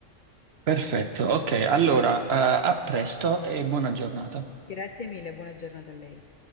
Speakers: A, on the right; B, on the left.
A: Perfetto, ok, allora eh, a presto e buona giornata.
B: Grazie mille, buona giornata a lei.